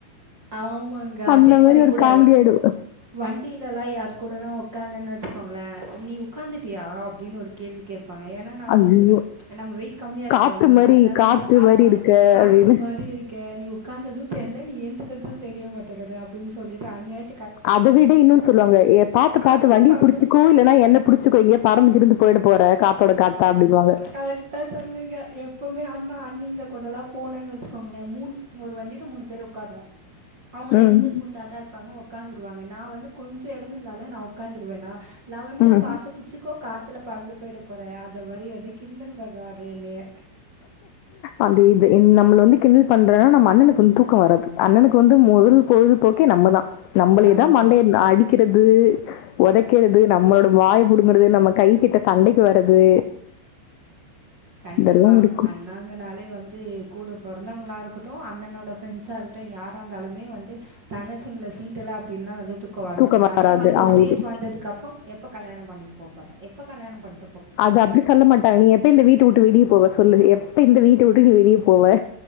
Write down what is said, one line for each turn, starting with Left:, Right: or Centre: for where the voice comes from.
Right: ஆமாங்க
Left: அந்த
Right: அதே மாரி
Left: ஒரு
Right: கூட
Left: காமெடி ஆயிடும்.
Right: வண்டியில எல்லா யாரு கூடனா உக்காந்தேனு வச்சுக்கோங்களே நீ உக்காந்துட்டு யா அப்டின்னு ஒரு கேள்வி கேப்பாங்க ஏனா நா
Left: ஐயோ!
Right: வந்து நம்ம வெயிட் கம்மியா இருக்கோல
Left: காத்து மாரி,
Right: அதுனால
Left: காத்து
Right: வந்து ஆ
Left: மாரி இருக்க
Right: காத்து
Left: அப்படின்னு.
Right: மாரி இருக் கே நீ உக்காந்தது தெர்ல நீ எந்துக்கறது தெர்ய மாட்டேங்கது அப்டின்னு சொல்லிட்டு அநியாயத்
Left: அத விட இன்னுன்னு சொல்லுவாங்க பாத்து
Right: "காத்துல
Left: பாத்து வண்டிள
Right: பறந்துருப்ப."
Left: புடுச்சுக்கோ இல்லென்னா என்ன புடுச்சுக்கோ எங்கயாது பறந்து கேறந்து போயிட போற காத்தோட காத்தா அப்டின்னுவாங்க
Right: கரெக்டா சொல்லிருக்க எப்பமே அண்ணா அண்ணிங்க கூடலா போனேன்னு வச்சுக்கோங்களே மூணு ஒரு வண்டியில மூணு பேரு உக்காருவோ அவ்ங்க
Left: ம்.
Right: ரெண்டு பேரு குண்டாதா இருப்பாங்க உக்காந்துருவாங்க நா வந்து கொஞ்சோ எடந்துருந்தாலு நா உக்காந்துருவேன்னா லவனியா
Left: ம்.
Right: பாத்து பிச்சுக்கோ காத்துல பறந்து போய்ட போற அ மாதிரி வந்து கிண்டல் பண்ணுவாங்க என்னய
Left: அது இது நம்மள வந்து கிண்ணல் பண்றனா நம்ம அண்ணனுக்கு வந்து தூக்கோ வராது அண்ணனுக்கு வந்து முதல் பொழுதுபோக்கே நம்மதா நம்மளேதா
Right: ஆமா
Left: மண்டைய அடி கிறது உதைக்கிறது நம்மளோட வாய புடுங்கறது நம்ம கை கிட்ட சண்டைக்கி வர்றது
Right: கண்டிப்பாம்
Left: இதெல்லாம் இருக்கும்.
Right: அன் நாங்கனாலே வந்து கூட பொறந்தவ்ங்களா இருக்கட்டு அண்ணனோட ஃப்ரெண்ட்ஸா இருக்கட்டு யாரா இருந்தாலுமே வந்து தங்கச்சிங்கள சீண்டல்ல அப்டின்னா அதுது கோ வர
Left: தூக்கம்
Right: மாட்டேங்கது அதே
Left: வராது
Right: மாரி
Left: அவங்களுக்கு.
Right: ஸேஜ் வந்ததுக்கப்புறோ எப்ப கல்யாண பண்ணிக் போற எப்ப கல்யாணம் பண்
Left: அது அப்டி சொல்ல மாட்டாங்க நீ எப்ப இந்த வீட்ட வுட்டு வெளிய போவ சொல்லு எப்ப இந்த வீட்ட வுட்டு நீ வெளிய போவ